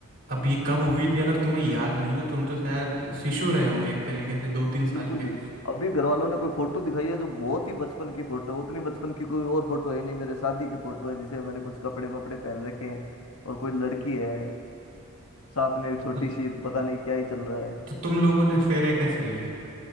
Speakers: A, on the right; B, on the left.
A: अब ये कब हुई थी अगर तुम्हें याद नहीं है तो तुम तो शायद शिशु रहे होंगे एक तरीके से दो तीन साल
B: बिल्कुल
A: के
B: ही अभी घर वालों ने कोई फोटो दिखाई है जो बहुत ही बचपन की फोटो है उतनी बचपन की कोई और फोटो है नहीं मेरे शादी की फोटो है जिसे मैंने कुछ कपड़े वपड़े पहन रखे हैं और कोई लड़की है साथ में एक छोटी
A: तो,
B: सी पता नहीं क्या ही चल रहा है
A: तो तुम लोगों ने फेरे कैसे लिए